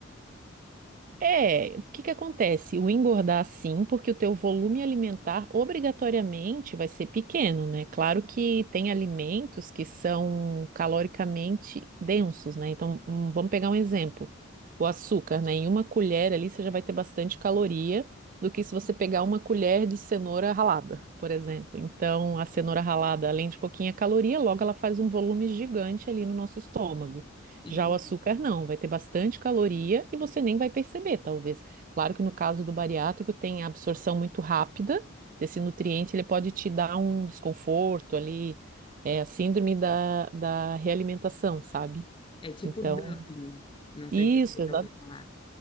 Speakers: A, on the right (about 40°); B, on the left (about 25°).
A: É, o que que acontece? O engordar sim, porque o teu volume alimentar obrigatoriamente vai ser pequeno, né? Claro que tem alimentos que são caloricamente densos, né? Então, hum, vamos pegar um exemplo. O açúcar, né? Em uma colher ali você já vai ter bastante caloria do que se você pegar uma colher de cenoura ralada, por exemplo. Então, a cenoura ralada, além de pouquinha caloria, logo ela faz um volume gigante ali no nosso estômago.
B: Entendi.
A: Já o açúcar não, vai ter bastante caloria e você nem vai perceber, talvez. Claro que no caso do bariátrico tem a absorção muito rápida desse nutriente, ele pode te dar um desconforto ali, é a síndrome da, da realimentação, sabe?
B: É tipo
A: Então,
B: dumping. Não
A: isso,
B: sei se você
A: exa-
B: já ouviu falar.